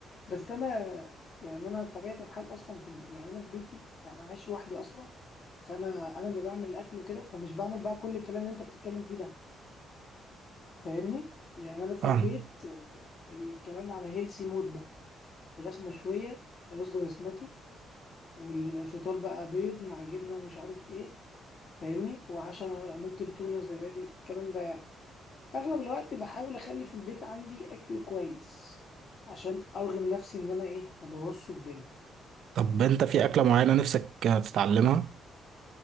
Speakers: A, on the left (about 50°); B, on the right (about 70°).
A: بس أنا يعني أنا بطبيعة الحال أصلا في الب... يعني أنا في بيتي أنا عايش لوحدي أصلا فأنا أنا اللي بعمل الأكل وكده فمش بعمل بقى كل الكلام اللي أنت بتتكلم فيه ده فاهمني؟ يعني
B: <laughs>
A: أنا في
B: اه
A: البيت آه، الكلام على هيلسي مود بقى فراخ مشوية رز بسمتي والفطار بقى بيض مع جبنة مش عارف إيه فاهمني؟ وعشان ممكن تونة زبادي الكلام ده اغلب الوقت بحاول اخلي في البيت عندي اكل كويس عشان ارغم نفسي ان انا ايه ما بوظش الدنيا
B: طب انت في اكلة معينة نفسك تتعلمها